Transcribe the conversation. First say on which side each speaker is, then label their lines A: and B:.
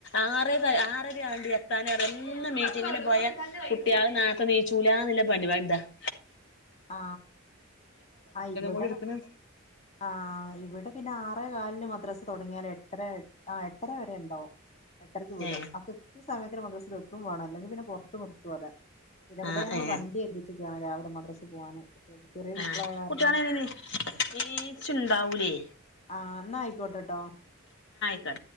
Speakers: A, on the left; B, on the left.
A: ആറ് ആറര ആണ്ടി ത്താന് എന്ന് മീറ്റിങ്ങിന് പോയാ കുട്ടിയാള് നേർത്തെ നീച്ചൂലാന്നില്ല പരിപാ താ. <inaudible>
B: ആ അ ഇവിടെ
A: കൂടി എടുക്കണ്
B: ആ ഇവിടെ പിന്നെ ആ റേ കാലിന് മദ്രാസ തൊടങ്ങിയാല് എട്ടര ആ എട്ടര വരെ ണ്ടാവും. എട്ടരക്ക് വീടും
A: ഏ
B: അ കൃത്യ സമയത്തിന് മദ്രസ്ല് എത്തും വേണ ല്ലങ്കി പിന്നെ പൊറത്ത് നിർത്തു ഓല്ലേ പിന്നെവിടെ
A: ആഹ്
B: ഞങ്ങള്
A: ഏ
B: വണ്ടിയേൽപ്പിച്ച്ക്കാണ് രാവിലെ മദ്രസ് ക്ക് പോവാന് ചെറിയ കുട്ടികളായ
A: ആഹ്
B: കാരണം
A: കുട്ടികളെങ്ങനെ നീച്ചുണ്ടാവൂലേ
B: ആ എന്നാ ആയിക്കോട്ടെട്ടോ.
A: ട്ടെ